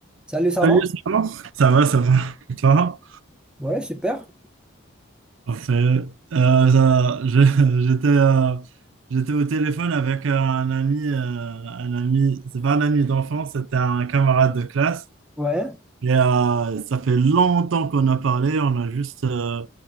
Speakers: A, in the centre; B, on the right (about 70°).
A: Salut, ça
B: Salut,
A: va?
B: ça va? Ça va, ça va. Et toi?
A: Ouais, super.
B: Parfait. Euh, ça- je- <laughs> j'étais euh, j'étais au téléphone avec un ami, euh, un ami, c'est pas un ami d'enfance, c'était un camarade de classe.
A: Ouais.
B: Et euh, ça fait longtemps qu'on a parlé, on a juste, euh,